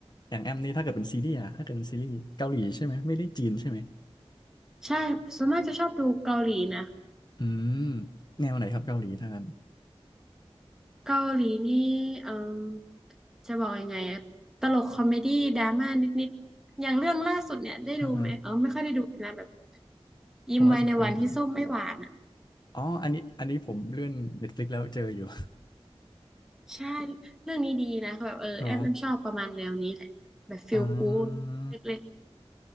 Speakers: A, on the left (about 45°); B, in the centre.
A: อย่างแอมนี่ถ้าเกิดเป็นซีรีส์อะถ้าเกิดเป็นซีรีส์เกาหลีใช่ไหมไม่ได้จีนใช่ไหม
B: ใช่ส่วนมากจะชอบดูเกาหลีนะ
A: อืมแนวไหนครับเกาหลีถ้างั้น
B: เกาหลีนี่เอ่มจะบอกยังไงอะตลกคอมเมดี้ดราม่านิดๆอย่างเรื่องล่าสุดเนี่ยได้ดูไหมเออไม่ค่อยได้ดูนะแบบ
A: อ่าฮะ
B: ยิ้มไว้ในวันที่ส้มไม่หวานอ่ะ
A: ผมอาจจะเคยเห็นอ๋ออันนี้อันนี้ผมเลื่อน Netflix แล้วเจออยู่
B: ใช่เรื่องนี้ดีนะแบบเออแอมแอมชอบประมาณแนวนี้แหละแบบฟีลกู๊ดเล็ก
A: <laughs> เหรออ่า